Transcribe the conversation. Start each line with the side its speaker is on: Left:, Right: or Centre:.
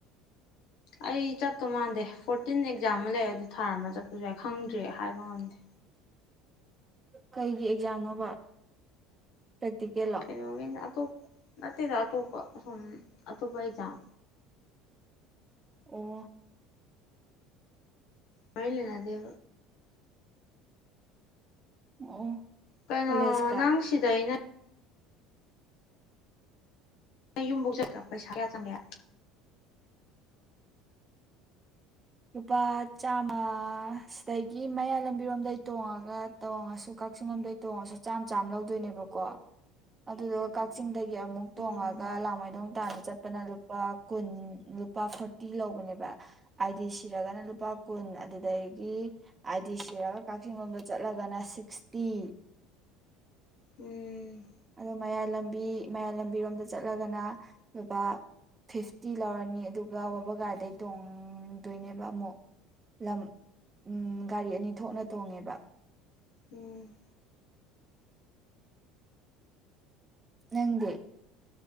Left: ꯑꯩ ꯆꯠꯇꯣ ꯃꯥꯟꯗꯦ ꯐꯣꯔꯇꯤꯟ ꯑꯦꯛꯖꯥꯝ ꯑꯃ ꯂꯩ ꯑꯗꯨ ꯊꯥꯔꯃ ꯆꯠꯄꯁꯨ ꯌꯥ ꯈꯪꯗ꯭ꯔꯤ ꯍꯥꯏꯕ ꯉꯝꯗꯦ
Right: ꯀꯩꯒꯤ ꯑꯦꯛꯖꯥꯝꯅꯣꯕ ꯄ꯭ꯔꯦꯛꯇꯤꯀꯦꯜꯂꯣ
Left: ꯀꯩꯅꯣꯒꯤꯅꯦ ꯑꯇꯣꯞ ꯅꯠꯇꯦꯗ ꯑꯇꯣꯄ ꯁꯨꯝ ꯑꯇꯣꯄ ꯑꯦꯛꯖꯦꯝ
Right: ꯑꯣ
Left: ꯃꯔꯤ ꯂꯩꯅꯗꯦꯕ
Right: ꯑꯣ
Left: ꯀꯩꯅꯣ
Right: ꯀꯣꯂꯦꯖꯀ
Left: ꯅꯪꯁꯤꯗ ꯑꯩꯅ ꯅꯌꯨꯝꯐꯧ ꯆꯠꯄ ꯄꯩꯁꯥ ꯀꯌꯥ ꯆꯪꯒꯦ
Right: ꯂꯨꯄꯥ ꯆꯥꯝꯃ ꯁꯤꯗꯒꯤ ꯃꯌꯥꯏ ꯂꯝꯕꯤꯔꯣꯝꯗꯩ ꯇꯣꯡꯉꯒ ꯇꯣꯡꯉꯁꯨ ꯀꯛꯆꯤꯡ ꯂꯣꯝꯗꯩ ꯇꯣꯡꯉꯁꯨ ꯆꯥꯝꯃ ꯆꯥꯝꯃ ꯂꯧꯗꯣꯏꯅꯦꯕꯀꯣ ꯑꯗꯨꯗꯨꯒ ꯀꯛꯆꯤꯡ ꯗꯒꯤ ꯑꯃꯨꯛ
Left: ꯎꯝ
Right: ꯇꯣꯡꯉꯒ ꯂꯥꯡꯃꯩꯗꯣꯡ ꯇꯅ ꯆꯠꯄꯅ ꯂꯨꯄꯥ ꯀꯨꯟ ꯂꯨꯄꯥ ꯐꯣꯔꯇꯤ ꯂꯧꯕꯅꯦꯕ ꯑꯥꯏꯗꯤ ꯁꯤꯔꯒꯅ ꯂꯨꯄꯥ ꯀꯨꯟ ꯑꯗꯨꯗꯒꯤ ꯑꯥꯏꯗꯤ ꯁꯤꯔꯒ ꯀꯛꯆꯤꯡꯡꯂꯣꯝꯗ ꯆꯠꯂꯒꯅ ꯁꯤꯛꯁꯇꯤ
Left: ꯎꯝ
Right: ꯑꯗꯣ ꯃꯌꯥꯏ ꯂꯝꯕꯤ ꯃꯌꯥꯏ ꯂꯝꯕꯤꯔꯣꯝꯗ ꯆꯠꯂꯒꯅ ꯂꯨꯄꯥ ꯐꯤꯐꯇꯤ ꯂꯧꯔꯅꯤ ꯑꯗꯨꯒ ꯋꯥꯕꯒꯥꯏꯗꯩ ꯇꯣꯡ ꯑꯗꯨꯣꯏꯅꯦꯕ ꯑꯃꯨꯛ ꯂꯝ ꯎꯝ ꯒꯥꯔꯤ ꯑꯅꯤ ꯊꯣꯛꯅ ꯇꯣꯡꯉꯦꯕ
Left: ꯎꯝ
Right: ꯅꯪꯗꯤ